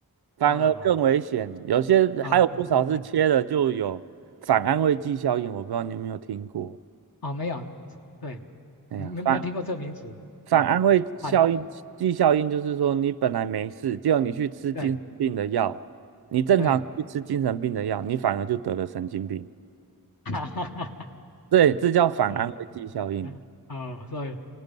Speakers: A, on the right; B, on the left.
A: 反而更危险。
B: 哦，
A: 有些还有不少是切了就有反安慰剂效应，
B: 啊，嗯嗯，
A: 我不知道你有没有听过。
B: 哦，没有，对，
A: 哎呀，
B: 没没听过这个名词，
A: 反反安慰效应剂效应就是说，
B: 哎，反，
A: 你本来没事，结果你去吃精神病的药，
B: 对
A: 你正常去吃精神病的药，
B: 对，
A: 你反而就得了神经病。
B: <laughs> 哈哈哈，
A: 对，这叫反安慰剂效应
B: 啊，嗯哦，所以，